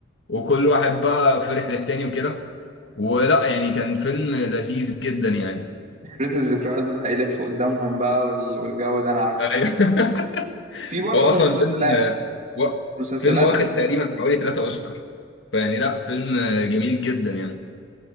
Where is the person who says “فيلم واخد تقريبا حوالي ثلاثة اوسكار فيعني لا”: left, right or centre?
Left